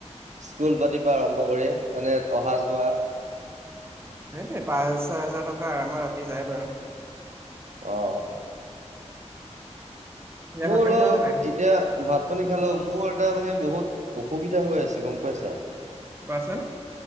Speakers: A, on the right; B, on the right.
A: স্কুল পাতিপা আৰম্ভ কৰি মানে অহা যোৱা।
B: সেইটোৱে পাঁচ, ছয় হাজাৰ টকা আৰামত আতি যায় বাৰু।
A: অঁ,
B: এতিয়া
A: মোৰ
B: ভাত পানী
A: অলপ-
B: খালা নে নাই?
A: এতিয়া ভাত পানী খালো। মোৰ এটা মানে বহুত অসুবিধা হৈ আছে, গম পাইছা।
B: কোৱাচোন?